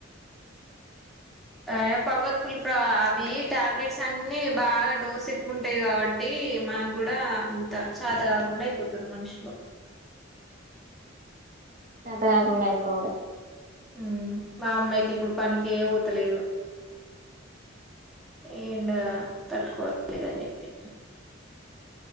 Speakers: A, in the centre; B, on the right.
A: య్ పవర్ ఫుల్ ప్ర అవి ట్యాబ్ లేట్స్ అన్ని బాగా డోస్ ఎక్ వుంటాయి గాబట్ తి మా గుడా అంత చాతా కాకుండా అయిపోతుర్ మన్ షులు
B: చాత కాకుండా అయిపోవ్ డే
A: ఉమ్ మా అమ్మ అయితే ఇప్పుడు పనికే ఏ ఓతలేదు ఏ ఇండ ఆ తట్ కోల్ లేదన్ జెప్పి